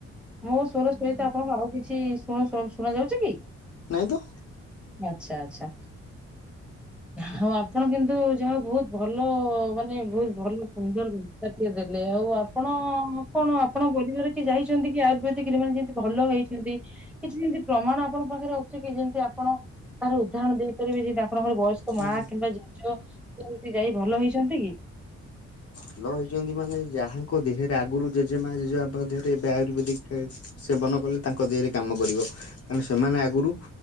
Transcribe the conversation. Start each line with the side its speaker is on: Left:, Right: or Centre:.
Centre: ମୋ ସ୍ୱର ସହିତ ଆପଣଙ୍କୁ ଆଉ କିଛି ଶୁଣ ଶୁଣା ଯାଉଛି କି?
Left: ନା ହିଇଁତ।
Centre: ଆଛା ଆଛା। ହଁ ଆପଣ କିନ୍ତୁ ଯାହା ହୋଉ ବୋହୁତ ଭଲ ମାନେ ବୋହୁତ ଭଲ ସୁନ୍ଦର କିନ୍ତୁ। ତାଟିକେ ଦେଲେ ଆଉ ଆପଣ କଣ ଆପଣ ପରିବାର କିଏ ଯାଇଚନ୍ତି କି ଆୟୁର୍ବେଦିକି ମେ ଯେମିତି ଭଲ ହେଇଛନ୍ତି? କିଛି ଯେମିତି ପ୍ରମାଣ ଆପଣଙ୍କ ପାଖରେ ଅଛି କି ଯେମିତି ଆପଣ ତାର ଉଦାହରଣ ଦେଇପାରିବେ ଯେମିତି ଆପଣଙ୍କର ବୟସ୍କ ମା
Left: ନାଇଁ ନାଇଁ
Centre: କିମ୍ବା ଜେଜ ସେମିତି ଯାଇ ଭଲ ହେଇଚନ୍ତି କି?
Left: ଭଲ ହେଇଚନ୍ତି ମାନେ ଯାହାଙ୍କ ଦେହରେ ଆଗରୁ ଜେଜେମା ଜେଜେବାପଙ୍କ ଦେହରେ ଏବେ ଆୟୁର୍ବେଦିକି ଖା ସେବନ କଲେ ତାଙ୍କ ଦେହରେ କାମ କରିବ କାରଣ ସେମାନେ ଆଗରୁ